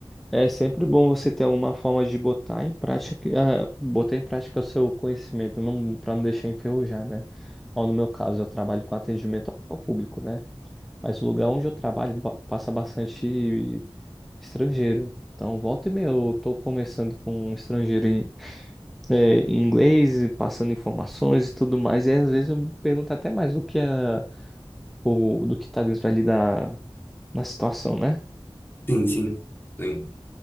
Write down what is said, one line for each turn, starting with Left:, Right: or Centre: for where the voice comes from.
Centre: é sempre bom você ter alguma forma de botar em prática, ah, botar em prática o seu conhecimento, não para não deixar enferrujar, né? Ó, no meu caso, eu trabalho com atendimento ao público, né? Mas o lugar onde eu trabalho ba- passa bastante estrangeiro. Então, volta e meia, eu tô conversando com um estrangeiro é, em inglês, passando informações e tudo mais. E às vezes eu me pergunto até mais do que a, o, do que tá dentro ali da, na situação, né?
Left: <laughs> Sim, sim. Sim.